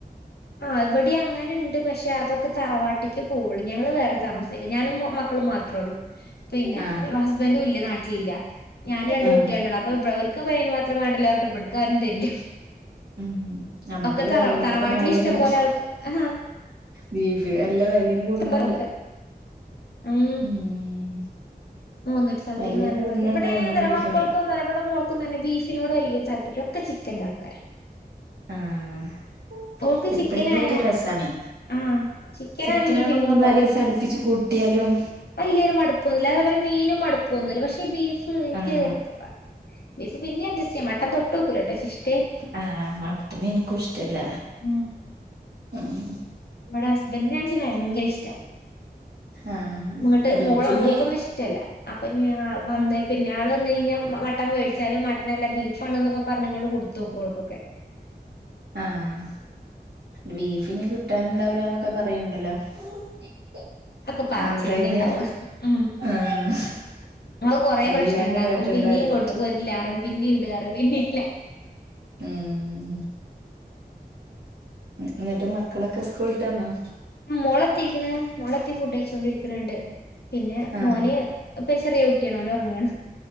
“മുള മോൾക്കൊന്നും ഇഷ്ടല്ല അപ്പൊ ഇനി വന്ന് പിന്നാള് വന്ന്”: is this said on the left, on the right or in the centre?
Left